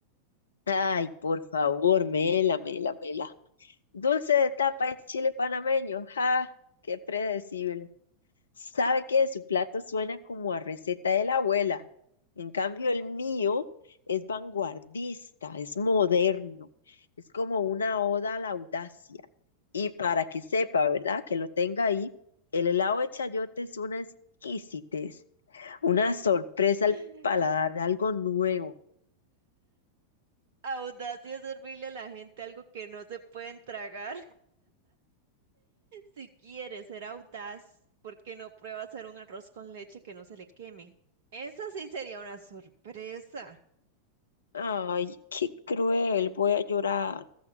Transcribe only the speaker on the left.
Ay, por favor, mela, mela, mela. Dulce de tapa y chile panameño. ¡Ja! ¡Qué predecible! Sabe que de su plato suena como a receta de la abuela. En cambio, el mío es vanguardista, es moderno, es como una oda a la audacia. Y para que sepa, ¿verdad? Que lo tenga ahí, el helado de chayote es una exquisitez. Una sorpresa
al paladar, algo nuevo.
Ay, qué cruel, voy a llorar.